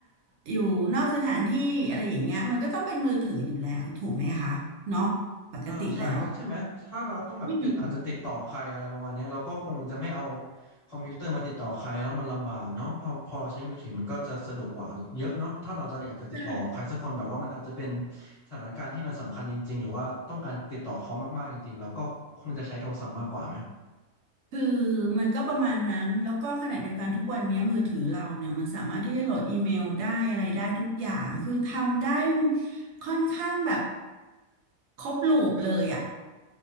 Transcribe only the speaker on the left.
อ่าใช่ใช่ไหมถ้าเราต้องแบบติดอาจจะติดต่อใครอะไรประมาณเนี้ยเราก็คงจะไม่เอา
คอมพิวเตอร์มาติดต่อใครแล้วมันลำบากเนาะพอพอเราใช้มือถือมันก็จะสะดวกกว่าเยอะเนาะถ้าเราจะอยากจะติดต่อใครสักคนแบบว่ามันอาจจะเป็น
สถานการณ์ที่มันสำคัญจริงๆหรือว่าต้องการติดต่อเขามากๆจริงๆเราก็คงจะใช้โทรศัพท์มากกว่าไหม